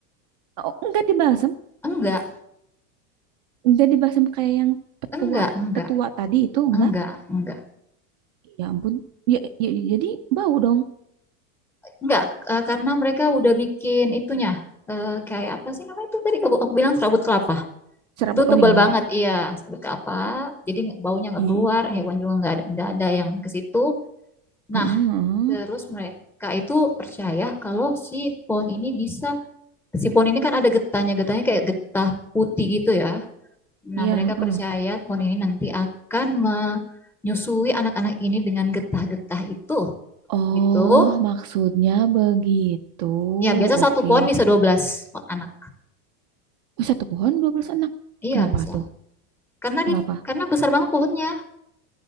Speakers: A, on the right; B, in the centre.
A: Oh, enggak dibalsem.
B: enggak,
A: Enggak dibalsem kayak yang petua,
B: enggak, enggak,
A: tetua tadi itu enggak.
B: enggak, enggak,
A: Ya ampun. Ya, ya, jadi bau dong.
B: enggak. Eh, karena mereka udah bikin itunya eh, kayak apa sih namanya itu tadi aku, aku bilang serabut kelapa.
A: Serabut.
B: Itu tebal
A: Oh iya.
B: banget, iya, serabut kelapa. Jadi baunya nggak
A: i
B: keluar, hewan juga nggak ada, nggak ada yang ke situ. Nah,
A: Heeh, heeh.
B: terus mereka itu percaya kalau si pohon ini bisa si pohon ini kan ada getahnya, getahnya kayak getah putih gitu ya. Nah,
A: Iya,
B: mereka percaya
A: heeh.
B: pohon ini nanti akan menyusui anak-anak ini dengan getah-getah itu.
A: Oh,
B: Begitu.
A: maksudnya begitu.
B: Ya, biasa
A: Oke.
B: satu pohon bisa 12 anak.
A: Oh, satu pohon 12 anak.
B: Iya,
A: Kenapa
B: bisa.
A: tuh?
B: Karena
A: Kenapa?
B: di karena besar banget pohonnya.